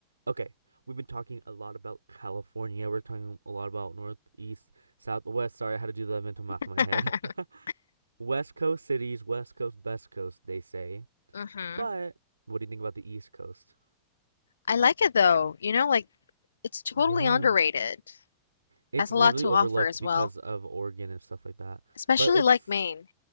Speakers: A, on the right; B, on the left.
A: Okay, we've been talking a lot about California. We're talking a lot about Northeast, south, west. Sorry, I had to do the mental math
B: <laughs>
A: in my head. <laughs> West Coast cities, West Coast, best coast, they say.
B: hmm
A: But what do you think about the East Coast?
B: I like it though. You know, like it's totally
A: Yeah,
B: underrated.
A: it's
B: Has a
A: literally
B: lot to
A: overlooked
B: offer as
A: because
B: well,
A: of Oregon and stuff like that.
B: especially
A: But it's,
B: like Maine.